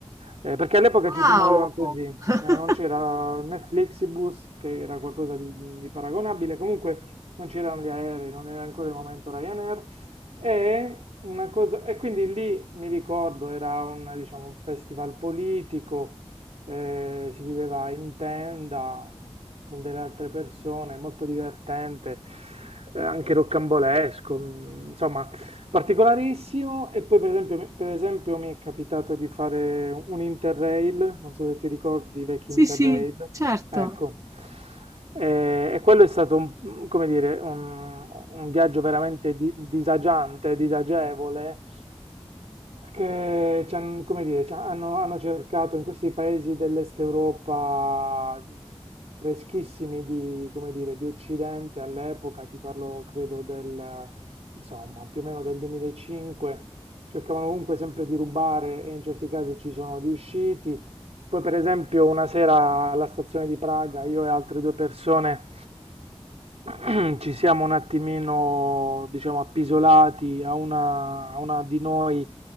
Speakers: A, on the right (about 85°); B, on the right (about 30°).
A: eh, perché all'epoca ci
B: Wow!
A: si muoveva così, eh,
B: <laughs>
A: non c'era né Flixibus, che era qualcosa di di paragonabile, comunque non c'erano gli aerei, non era ancora il momento Ryanair. E, una cosa, e quindi lì mi ricordo era un, diciamo, un festival politico, eh, si viveva in tenda con delle altre persone, molto divertente, eh, anche roccambolesco, mm, insomma, particolarissimo. E poi per esempio, mi- per esempio mi è capitato di fare un Interrail, non so se ti ricordi i vecchi
B: Sì,
A: Interrail.
B: sì, certo.
A: Ecco, Eh, e quello è stato un, come dire, un, un viaggio veramente di- disagiante, disagevole, che ci han- come dire, ci hanno, hanno cercato in questi paesi dell'Est Europa mh, freschissimi di, come dire, di Occidente all'epoca, ti parlo credo del, insomma, più o meno del 2005, cercavano comunque sempre di rubare e in certi casi ci sono riusciti. Poi, per esempio, una sera alla stazione di Praga, io e altre due persone <clears throat> ci siamo un attimino, diciamo, appisolati. A una, a una di noi